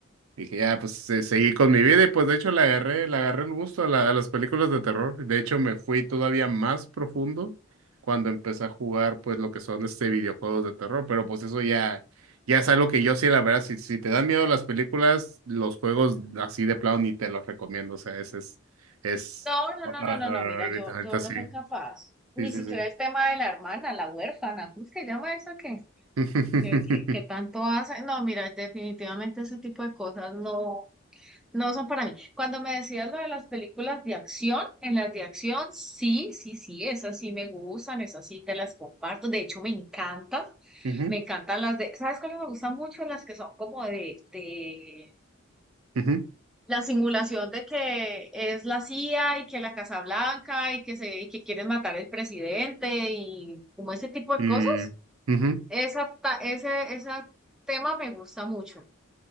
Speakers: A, on the right; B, in the centre.
A: Dije, ya, pues se- seguí con mi vida y pues de hecho le agarré, le agarré el gusto a, la- a las películas de terror. De hecho, me fui todavía más profundo cuando empecé a jugar pues lo que son este videojuegos de terror. Pero pues eso ya, ya es algo que yo sí, la verdad, si, si te dan miedo las películas, los juegos así de plano ni te los recomiendo. O sea, ese es, es,
B: No, no,
A: ajá,
B: no, no, no, no, mira,
A: ahorita,
B: yo,
A: ahorita
B: yo
A: sí.
B: no soy capaz. Ni
A: Sí, sí,
B: siquiera
A: sí.
B: el tema de la hermana, la huérfana, ¿cómo se llama esa que,
A: <laughs>
B: que, que, que tanto hace? No, mira, definitivamente ese tipo de cosas no, no son para mí. Cuando me decías lo de las películas de acción, en las de acción, sí, sí, sí, esas sí me gustan, esas sí te las comparto. De hecho, me encantan,
A: ujú,
B: me encantan las de, ¿sabes cuáles me gustan mucho? Las que son como de, de
A: ujú,
B: la simulación de que es la CIA y que la Casa Blanca y que se y que quieren matar al presidente y como ese tipo de
A: ujú,
B: cosas.
A: mm, ujú.
B: Esa, ta- ese, ese tema me gusta mucho.